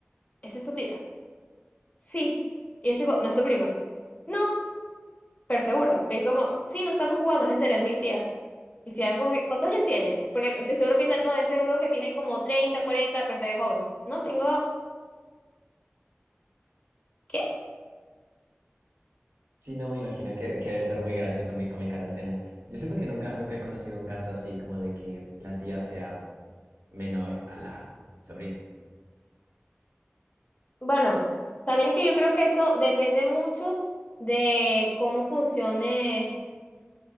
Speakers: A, on the left; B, on the right.
A: ¿esa es tu tía? Sí. Y yo tipo, ¿no es tu prima? No, pero seguro. Y como, sí, no estamos jugando, es en serio, es mi tía. Y se dan como que, ¿cuántos años tienes? Porque de seguro piensan, no, de seguro que tiene como 30 40 pero se ve joven. No, tengo... ¿Qué?
B: Sí, no me imagino que, que debe ser muy gracioso, muy cómica la escena. Yo siento que nunca, nunca he conocido un caso así como de que la tía sea menor a la sobrina.
A: Bueno, también es que yo creo que eso depende mucho de cómo funcione,